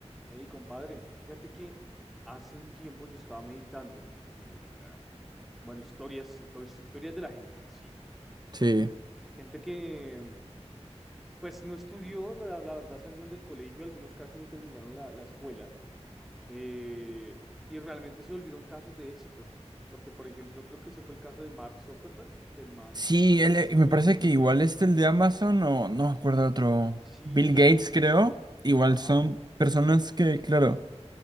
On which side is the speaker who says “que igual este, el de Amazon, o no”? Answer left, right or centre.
Right